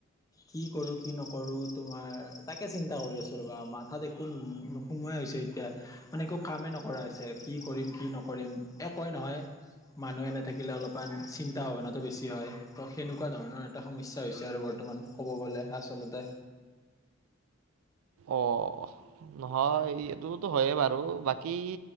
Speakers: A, on the left; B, on the right.
A: কি কৰোঁ কি নকৰোঁ তোমাৰ তাকে চিন্তা কৰি আছোঁ বা মাথাত একো নোসোমাই হৈছে এতিয়া। মানে একো কামেই নকৰা হৈছে কি কৰিম কি নকৰিম একয় নহয়। মানুহে নাথাকিলে অলপমান চিন্তা ভাৱনাটো বেছি হয় তো সেনেকুৱা ধৰণ। এটা সমস্যা হৈছে আৰু বৰ্তমান ক'ব গ'লে আচলতে।
B: অ', নহয় এইটোতো হয়ে বাৰু বাকী।